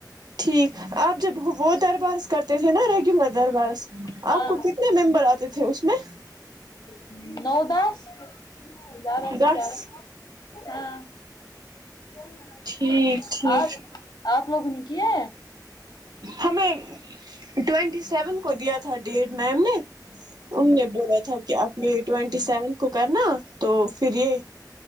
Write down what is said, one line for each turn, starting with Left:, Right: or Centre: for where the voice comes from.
Right: ٹھیک آپ جب وہ دربارس کرتے تھے نا ریگولر دربارس
Left: ہاں
Right: آپ کو کتنے ممبر آتے تھے اس میں
Left: ہ نو داس جال اس
Right: دس
Left: جال ہاں بہار کی اوج عا رہی ہے
Right: ٹھیک ٹھیک
Left: آپ آپ لوگوں نے کیا
Right: ہمیں ٹوونٹی سیون کو دیا تھا ڈیٹ میم نے انوں نے بولا تھا کہ اپنے ٹینٹی سیونتھ کو کرنا تو پھر یہ